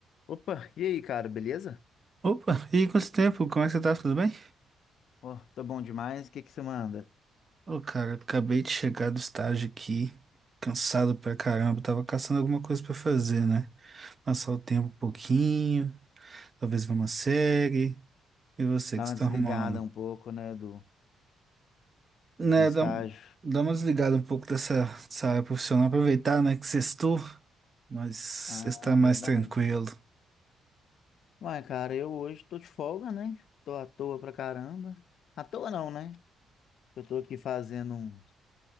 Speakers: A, on the left (about 70°); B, on the right (about 35°).
A: Opa, e aí, cara, beleza?
B: Opa, e aí, quanto tempo? Como é que você tá? Tudo bem?
A: Pô, tô bom demais. O que que você manda?
B: Ô, cara, acabei de chegar do estágio aqui, cansado pra caramba, tava caçando alguma coisa pra fazer, né? Passar o tempo um pouquinho, talvez ver uma série. E você
A: Dá
B: que
A: uma
B: está
A: desligada
B: arrumando?
A: um pouco, né, do,
B: Né,
A: do, do estágio.
B: dá, dá uma desligada um pouco dessa, dessa área profissional, aproveitar, né, que sextou, mas
A: Ah,
B: está mais
A: verdade.
B: tranquilo.
A: Ué, cara, eu hoje tô de folga, né? Tô à toa pra caramba. À toa não, né? Eu tô aqui fazendo uns-